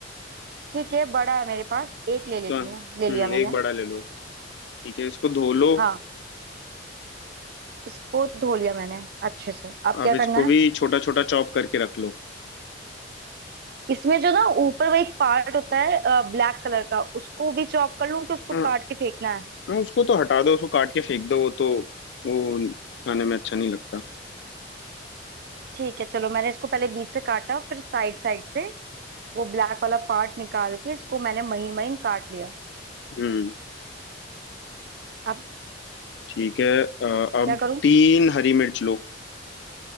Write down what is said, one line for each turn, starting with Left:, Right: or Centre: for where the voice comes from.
Right: ठीक है बड़ा है मेरे पास एक ले लेती
Left: तो हम्म
Right: हूँ ले लिया मैंने
Left: एक बड़ा ले लो ठीक है इसको धो लो
Right: हाँ इसको धो लिया मैंने अच्छे से अब
Left: अब
Right: क्या
Left: इसको
Right: करना है
Left: भी छोटा छोटा चॉप करके रख लो
Right: इसमें जो ना ऊपर वो एक पार्ट होता है ब्लैक कलर का उसको भी चॉप कर लूं कि उसको
Left: हाँ
Right: काट के फेंकना है
Left: हाँ उसको तो हटा दो उसको काट के फेंक दो वो तो वो खाने में अच्छा नहीं लगता
Right: ठीक है चलो मैंने इसको पहले बीच से काटा फिर साइड साइड से वो ब्लैक वाला पार्ट निकाल के इसको मैंने महीन महीन काट लिया
Left: हम्म
Right: अब
Left: ठीक है अ, अब
Right: क्या करूं
Left: तीन हरी मिर्च लो